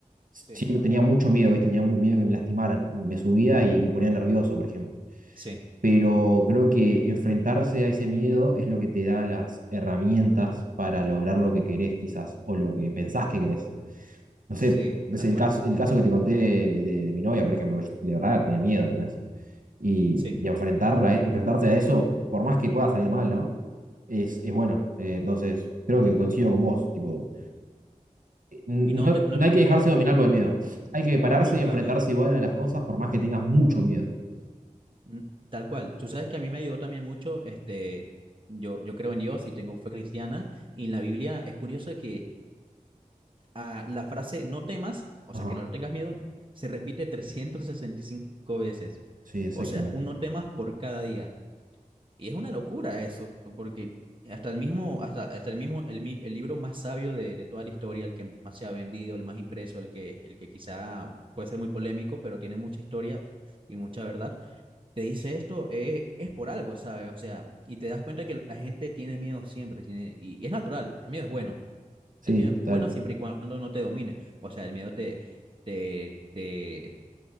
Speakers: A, on the right (about 70°); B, on the right (about 35°).
A: siempre
B: Sí.
A: tenía mucho miedo, ¿viste? Tenía muy miedo que me lastimaran. Me subía y me ponía nervioso, por ejemplo.
B: sí,
A: Pero creo que enfrentarse a ese miedo es lo que te da las herramientas para lograr lo que querés, quizás, o lo que pensás que querés. No
B: sí,
A: sé, es
B: tal
A: el
B: cual,
A: caso, el caso que te conté de, de- de mi novia, por ejemplo, que yo de verdad tenía miedo, ¿entendés? Y,
B: sí.
A: y enfrentarla, enfrentarse a eso, por más que pueda salir mal, ¿no? Es, es bueno. Eh, entonces, creo que coincido con vos, tipo. No,
B: Y no te, no
A: no
B: te,
A: hay que dejarse dominar por el miedo. Hay que pararse
B: nunca,
A: y enfrentarse
B: brother.
A: igual a las cosas por más que tengas mucho miedo.
B: Mm, Tal cual. Tú sabes que a mí me ayudó también mucho, este, yo, yo creo en Dios y tengo fe cristiana, y en la Biblia es curioso que ah, la frase no temas, o
A: Ajá,
B: sea, que no tengas miedo, se repite <laughs> 365 veces.
A: sí, exactamente.
B: O sea, un no temas por cada día. Y es una locura eso, porque hasta el mismo, hasta, hasta el mismo, el, mi- el libro más sabio de, de toda la historia, el que más se ha vendido, el más impreso, el que, el que quizá puede ser muy polémico, pero tiene mucha historia y mucha verdad te dice esto, es, es por algo, ¿sabes? O sea, y te das cuenta que la gente tiene miedo siempre, tiene, y, y es natural, el miedo es bueno,
A: Sí,
B: el miedo es bueno
A: total.
B: siempre y cuando no te domine, o sea, el miedo te, te, te,